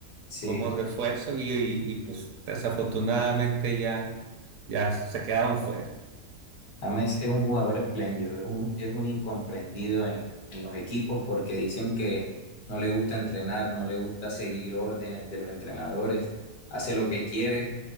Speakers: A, on the left; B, on the right.
A: Sí,
B: como refuerzo y, y y, pues desafortunadamente ya, ya se quedaron fuera.
A: James es un jugador espléndido, es un, es un incomprendido en, en los equipos porque dicen que no le gusta entrenar, no le gusta seguir órdenes de los entrenadores, hace lo que quiere,